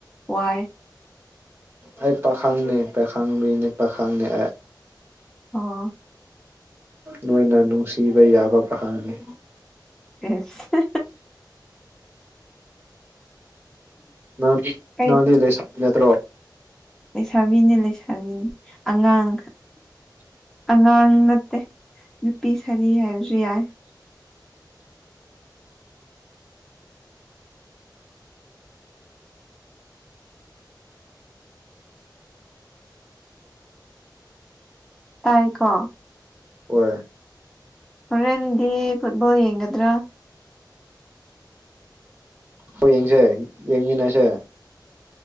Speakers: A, in the centre; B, on the right.
A: ꯋꯥꯏ
B: ꯑꯩ ꯄꯥꯈꯪꯅꯤ ꯄꯥꯈꯪ ꯃꯤꯅꯤ ꯄꯥꯈꯪꯅꯤ ꯑꯩ
A: ꯑꯣ
B: ꯅꯣꯏꯅ ꯅꯨꯡꯁꯤꯕ ꯌꯥꯕ ꯄꯥꯈꯪꯅꯤ
A: ꯏꯁ
B: ꯅꯪꯗꯤ
A: ꯀꯩ
B: ꯅꯪꯗꯤ ꯂꯩꯁꯕꯤ ꯅꯠꯇ꯭ꯔꯣ
A: ꯂꯩꯁꯥꯕꯤꯅꯦ ꯂꯩꯁꯥꯕꯤꯅꯦ ꯑꯉꯥꯡ ꯑꯉꯥꯡ ꯅꯠꯇꯦ ꯅꯨꯄꯤ ꯁꯔꯤ ꯍꯥꯏꯔꯁꯨ ꯌꯥꯏ <inaudible> ꯇꯥꯏꯀꯣ
B: ꯍꯣꯏ
A: ꯍꯣꯔꯦꯟꯗꯤ ꯐꯨꯠꯕꯣꯜ ꯌꯦꯡꯒꯗ꯭ꯔꯣ
B: ꯍꯣꯏ ꯌꯦꯡꯁꯦ ꯌꯦꯡꯃꯤꯟꯅꯁꯦ